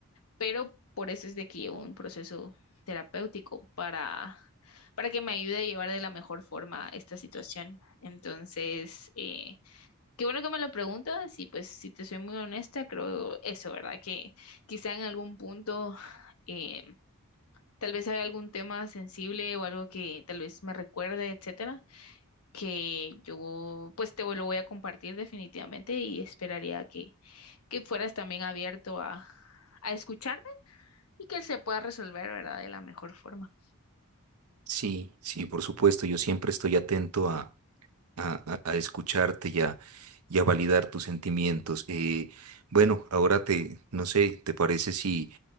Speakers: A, on the left; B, on the right.
A: pero por eso es de que llevo un proceso terapéutico para, para que me ayude a llevar de la mejor forma esta situación. Entonces, eh, qué bueno que me lo preguntas y pues si te soy muy honesta, creo eso, ¿verdad? Que quizá en algún punto... eh, Tal vez hay algún tema sensible o algo que tal vez me recuerde, etcétera, que yo pues te lo voy a compartir definitivamente y esperaría que, que fueras también abierto a, a escucharme y que se pueda resolver, ¿verdad? De la mejor forma.
B: Sí, sí, por supuesto, yo siempre estoy atento a a, a- a escucharte y a, y a validar tus sentimientos. Eh, bueno, ahora te, no sé, ¿te parece si,